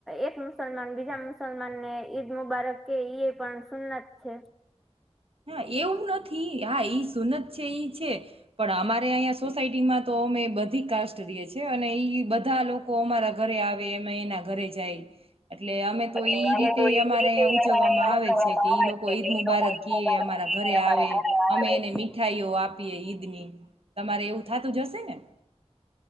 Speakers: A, in the centre; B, on the right (about 60°).
A: એક મુસલમાન બીજા મુસલમાનને ઈદ મુબારક કે એ પણ સુન્નદ છે
B: હા એવું નથી. હા ઈ સુનત છે ઈ છે, પણ અમારે અહીંયા સોસાયટીમાં તો અમે બધી કાસ્ટ રીએ છે, અને ઈ બધા લોકો અમારા ઘરે આવે અમે એના ઘરે જાય એટલે અમે તો
A: એટલે
B: ઈ
A: અમે
B: રીતે
A: તો એ
B: અમારે
A: રીતે
B: અયા ઉજવવામાં
A: અમારે ઉજવવામાં
B: આવે છે કે
A: આવે
B: ઈ લોકો
A: છે
B: ઈદ
A: કે
B: મુબારક
A: એ લોકો ઈદ
B: ઈય
A: મુબારક
B: અમારા
A: કે
B: ઘરે
A: અમારા
B: આવે,
A: ઘરે
B: અમે એને
A: આવે
B: મીઠાઈઓ આપીએ ઈદની, તમારે એવું થા તો જશે ને?